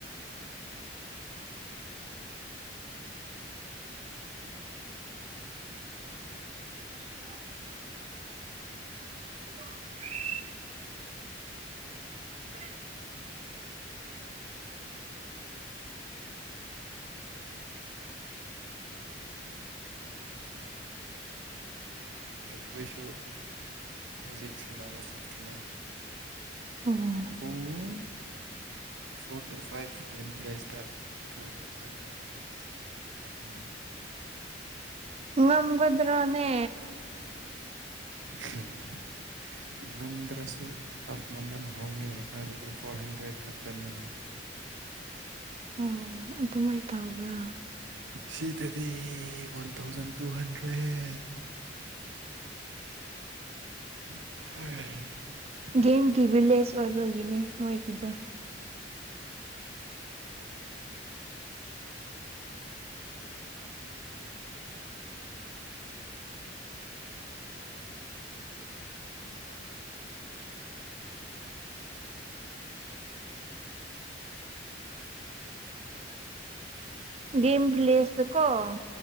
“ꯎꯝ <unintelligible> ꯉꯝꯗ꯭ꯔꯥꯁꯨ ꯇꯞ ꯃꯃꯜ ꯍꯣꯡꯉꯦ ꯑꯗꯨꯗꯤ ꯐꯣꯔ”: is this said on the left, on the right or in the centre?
Right